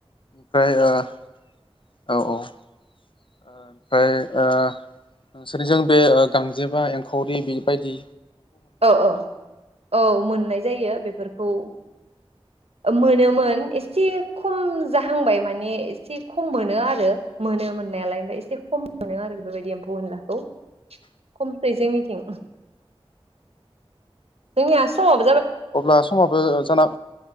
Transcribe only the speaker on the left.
ओमफ्राय ओ औ औ ओमफ्राय ओ नोंसोरनिजों बे ओ गांजेमा एंखावरि बायदि
अब्ला समाबो जाना